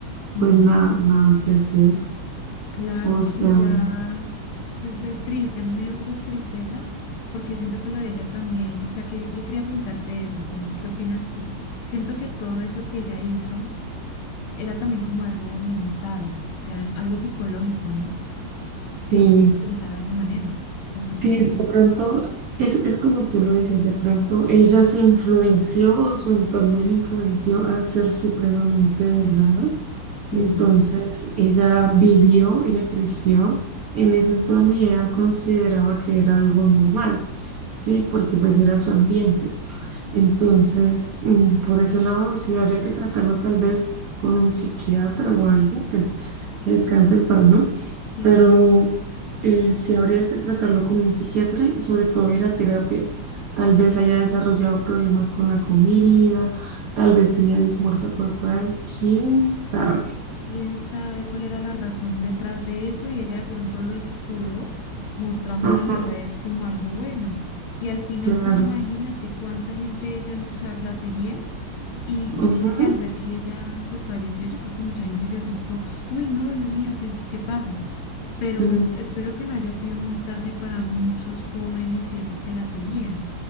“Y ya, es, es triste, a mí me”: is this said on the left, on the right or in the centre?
Left